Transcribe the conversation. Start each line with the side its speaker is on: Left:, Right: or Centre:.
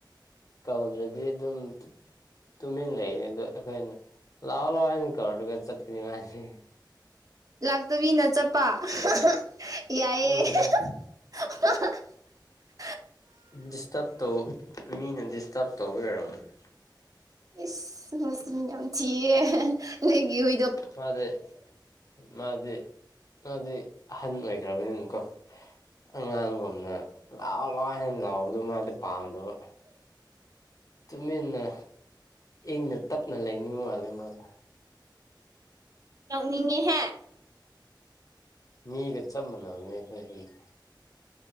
Left: ꯀꯧꯗ꯭ꯔꯗꯤ ꯑꯗꯨꯝ ꯇꯨꯃꯤꯟ ꯂꯩꯔꯦ ꯑꯗꯣ ꯑꯩꯈꯣꯏꯅ ꯂꯥꯛꯑꯣ ꯂꯥꯎꯑꯣ ꯍꯥꯏꯅ ꯀꯧꯔꯗꯤ ꯆꯠꯀꯅꯤ ꯃꯥꯗꯤ
Right: ꯂꯥꯛꯇꯕꯤꯅ ꯆꯠꯄ ꯍꯥ ꯍꯥ ꯌꯥꯏꯌꯦ
Left: ꯎꯝ
Right: ꯍꯥ ꯍꯥ ꯍꯥ ꯍꯥ
Left: ꯗꯤꯁꯇꯔꯕ ꯇꯧ ꯃꯤꯅ ꯗꯤꯁꯇꯔꯕ ꯇꯧꯕꯩ ꯑꯣꯏꯔꯝꯒꯅꯤ
Right: ꯏꯁ ꯃꯁꯤꯡ ꯌꯥꯝ ꯊꯤꯌꯦ ꯅꯣꯢꯒꯤ ꯍꯨꯢ
Left: ꯃꯥꯗꯤ ꯃꯥꯗꯤ ꯃꯗꯤ ꯑꯍꯟ ꯑꯣꯏꯈ꯭ꯔꯕꯅꯤꯅꯀꯣ ꯑꯉꯥꯡꯒꯨꯝꯅ ꯂꯥꯛꯑꯣ ꯂꯥꯛꯑꯣ ꯍꯥꯏꯅ ꯂꯥꯎꯕꯗꯨ ꯃꯥꯗꯤ ꯄꯥꯝꯗꯕ ꯇꯨꯃꯤꯟꯅ ꯏꯪꯅ ꯇꯞꯅ ꯂꯩꯅꯤꯡ ꯃꯥꯜꯂꯦ ꯃꯥꯁꯦ
Right: ꯅꯣꯛꯅꯤꯡꯉꯦꯍꯦ
Left: ꯃꯤꯒ ꯆꯞ ꯃꯅꯕꯅꯦ ꯑꯩꯈꯣꯢ ꯍꯨꯢꯗꯣ